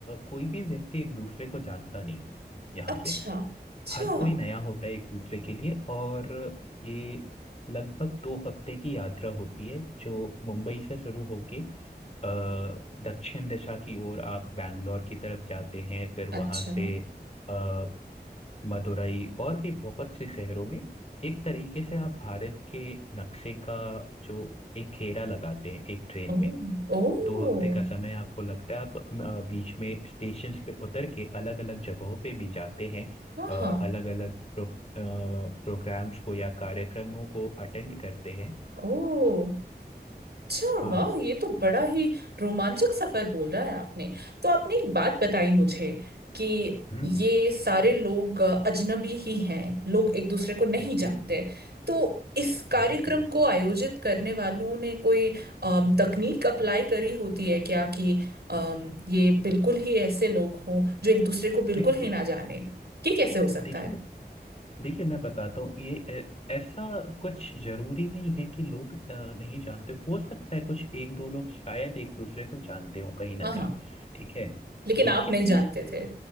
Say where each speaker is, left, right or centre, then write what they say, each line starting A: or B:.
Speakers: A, on the left; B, on the right.
A: कोई भी व्यक्ति एक दूसरे को जानता नहीं यहाँ
B: अच्छा
A: पे
B: अच्छा
A: हर कोई नया होता है एक दूसरे के लिए और ये लगभग दो हफ्ते की यात्रा होती है जो मुंबई से शुरू होके अ, दक्षिण दिशा की ओर आप बैंगलोर की तरफ जाते हैं फिर वहां
B: अच्छा
A: से अ, मदुरई और भी बहुत से शहरों में एक तरीके से आप भारत के नक्शे का जो एक घेरा लगाते हैं एक ट्रेन
B: ओह
A: में
B: ओह
A: दो हफ्ते का समय आपको लगता है आप अ, बीच में स्टेशन पे उतर के अलग अलग जगहों पे भी जाते हैं
B: आहा
A: अलग अलग प्रो, प्रोग्राम्स को या कार्यक्रमों को अटेंड करते हैं
B: ओह अच्छा
A: हाँ
B: वाह ये तो बड़ा ही रोमांचक सफर बोल रहा है आपने तो आपने एक बात बताई मुझे कि
A: हम्म
B: ये सारे लोग अ, अजनबी ही हैं लोग एक दूसरे को नहीं
A: जी
B: जानते तो इस कार्यक्रम
A: बिल्कुल
B: को आयोजित करने वालों ने कोई अम, तकनीक अप्लाई करी होती है क्या कि अम, ये बिल्कुल ही ऐसे लोग हों जो एक दूसरे को बिल्कुल
A: नहीं, दे-
B: ही ना जाने कि कैसे हो सकता
A: देखिए
B: है
A: देखिए मैं बताता हूँ ये अ, ऐसा कुछ जरूरी नहीं है कि लोग अ, नहीं जानते हो सकता है कुछ एक दो लोग शायद एक दूसरे को जानते हो कहीं ना
B: हाँ हाँ
A: कहीं ठीक है
B: लेकिन
A: लेकिन
B: आप नहीं जानते थे